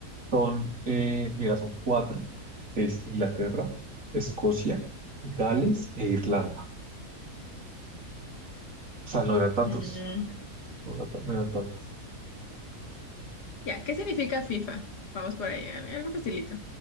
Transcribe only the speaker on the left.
Mm,
ya, ¿qué significa FIFA? Vamos por ahí, al- algo facilito.